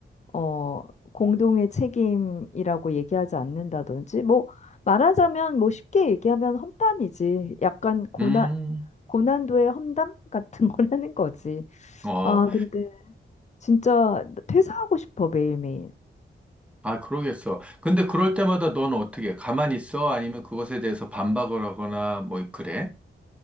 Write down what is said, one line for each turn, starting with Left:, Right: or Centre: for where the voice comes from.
Left: 어, 공동의 책임이라고 얘기하지 않는다든지, 뭐, 말하자면 뭐 쉽게 얘기하면 험담이지. 약간 고난,
Centre: 음,
Left: 고난도의 험담 같은 걸 <laughs> 하는 거지.
Centre: 어,
Left: 아, 근데 진짜 퇴사하고 싶어, 매일매일.
Centre: 아, 그러겠어. 근데 그럴 때마다 넌 어떻게, 해? 가만히 있어? 아니면 그것에 대해서 반박을 하거나, 뭐, 그래?